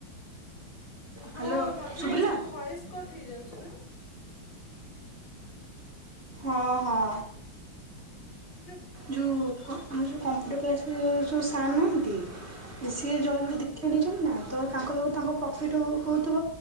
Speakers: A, on the left; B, on the right.
A: ହଁ
B: ହ୍ୟାଲୋ
A: ମଝିରେ
B: ଶୁଭିଲା
A: ମଝିରେ ଭଏସ୍ କଟ୍ ହେଇଯାଉଛି ନା।
B: ହଁ ହଁ।
A: ଏ ଯୋ।
B: ଯୁ କ ଆମର ଯଉ କମ୍ପୁଟର କ୍ଲାସର ସୁ ସାର୍
A: ହଁ
B: ନାହାନ୍ତି। ସିଏ ଜୟଗୁରୁ ଦିକ୍ଷ୍ୟା ନେଇଛନ୍ତି ନା ତ ତାଙ୍କ ଯୋଗୁଁ ତାଙ୍କ ପ୍ରଫିଟ୍ ହଉଥିବ।